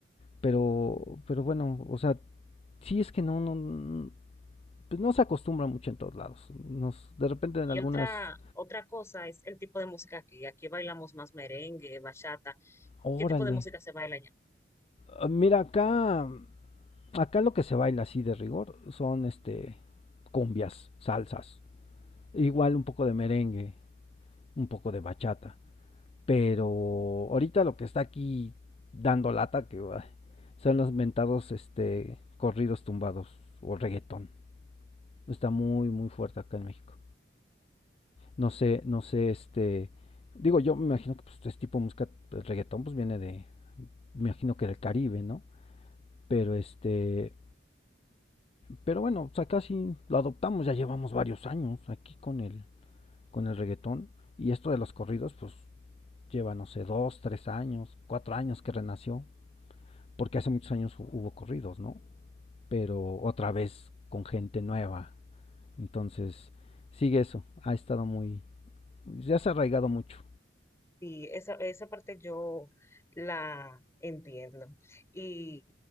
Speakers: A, on the left; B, on the left.
A: Pero, pero bueno, o sea, sí es que no, no, no, pues no se acostumbra mucho en todos lados. Nos, de repente en
B: Y
A: algunas,
B: otra, otra cosa es el tipo de música aquí. Aquí bailamos más merengue, bachata.
A: órale.
B: ¿Qué tipo de música se baila allá?
A: Ah, Mira, acá, acá lo que se baila así de rigor son, este, cumbias, salsas. Igual un poco de merengue, un poco de bachata. Pero ahorita lo que está aquí dando lata que ay, son los mentados este corridos tumbados o reggaetón. Está muy muy fuerte acá en México. No sé, no sé este digo yo me imagino que pues, este tipo de música el reggaetón pues viene de me imagino que del Caribe, ¿no? Pero este, pero bueno, o sea, casi lo adoptamos, ya llevamos varios años aquí con el con el reggaetón y esto de los corridos pues lleva no sé, dos, tres años, cuatro años que renació porque hace muchos años hubo corridos, ¿no? Pero otra vez con gente nueva. Entonces, sigue eso. Ha estado muy. Ya se ha arraigado mucho.
B: Sí, esa, esa parte yo la entiendo. Y